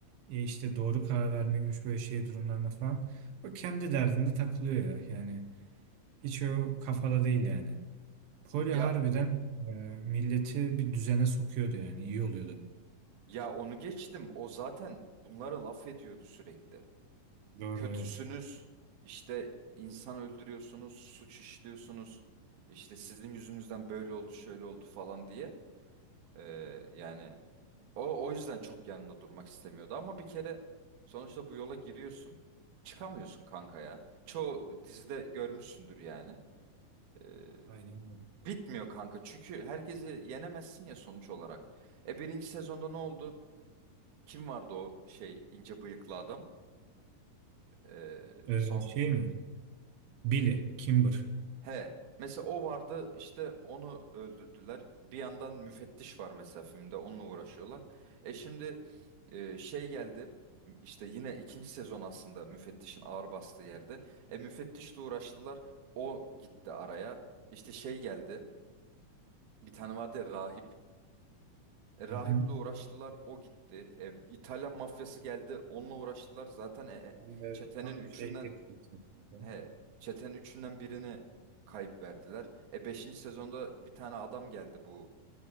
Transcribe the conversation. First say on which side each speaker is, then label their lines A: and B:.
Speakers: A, on the right; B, on the right.
A: e, işte doğru karar vermekmiş böyle şey durumlarında falan. O kendi derdinde takılıyor ya. Yani hiç o kafada değil yani. Kolye
B: Ya
A: harbiden e, milleti bir düzene sokuyordu yani iyi oluyordu.
B: ya onu geçtim. O zaten bunlara laf ediyordu sürekli.
A: Doğru
B: kötüsünüz,
A: evet.
B: işte insan öldürüyorsunuz, suç işliyorsunuz, işte sizin yüzünüzden böyle oldu, şöyle oldu falan diye. Ee, yani o o yüzden çok yanında durmak istemiyordu ama bir kere sonuçta bu yola giriyorsun, çıkamıyorsun kanka ya. Çoğu dizide görmüşsündür yani. Ee,
A: Aynen
B: bitmiyor kanka çünkü herkesi yenemezsin ya sonuç olarak. E birinci sezonda ne oldu? Kim vardı o şey ince bıyıklı adam? Ee,
A: öyle.
B: son
A: E, şey mi? Billy, Kimber.
B: He. Mesela o vardı işte onu öldürdüler. Bir yandan müfettiş var mesela filmde onunla uğraşıyorlar. E şimdi e, şey geldi işte yine ikinci sezon aslında müfettişin ağır bastığı yerde. E müfettişle uğraştılar. O gitti araya. İşte şey geldi. Bir tane vardı ya, rahip. E, rahiple
A: Hı hı.
B: uğraştılar o gitti. E, İtalyan mafyası geldi onunla uğraştılar. Zaten e, e,
A: Ben de
B: çetenin
A: tam
B: üçünden
A: şeye getirecektim. kanka.
B: He, çetenin üçünden birini kayıp verdiler. E beşinci sezonda bir tane adam geldi bu